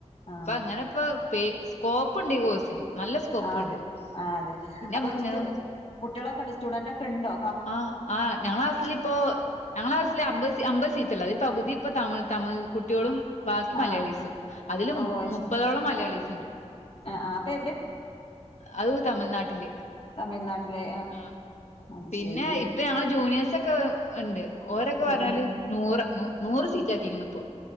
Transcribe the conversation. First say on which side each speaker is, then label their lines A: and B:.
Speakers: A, on the left; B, on the left.
A: ആഹ്
B: അപ്പോ അങ്ങനെ ഇപ്പ സ്കോപ്പ് ഉണ്ട് ഈ കോഴ്സിന്. നല്ല സ്കോപ്പ്ണ്ട്
A: ആഹ് അതെ ആഹ് അതെ
B: പിന്നെ
A: അപ്പം-
B: നമുക്ക് ഇങ്ങനെ
A: സ്റ്റു കുട്ടികളൊക്കെണ്ടോ? സ്റ്റുഡന്റ് ഒക്കെണ്ടോ?
B: ആഹ് ആഹ് ഞങ്ങള ക്ലാസിൽ- ഇപ്പൊ ഞങ്ങള ക്ലാസിൽ അമ്പത് അമ്പത് സീറ്റല്ല അ പകുതി ഇപ്പോ തമി് തമിഴ് കുട്ടിളും. ബാക്കി മലയാളീസും
A: ആഹ്
B: അതില്-
A: ഓ അത്
B: മുപ്പതോളം
A: ശരി
B: മലയാളീസ്ണ്ട്.
A: ആഹ് ആഹ് അപ്പോ.
B: അത് തമഴ്നാട്ടിൽ.
A: തമിഴ്നാട്ടിലെ
B: ആഹ്
A: അത്
B: പിന്നെ
A: ശരി
B: ഇപ്പ ഞങ്ങള് ജൂനിയേഴസോക്കെ ഉണ്ട്. ഓരൊക്കെ
A: ഉം
B: പറഞ്ഞാല്-
A: ഉം
B: നൂറ് ന നൂറ് സീറ്റാക്കീക്കണ് പ്പൊ,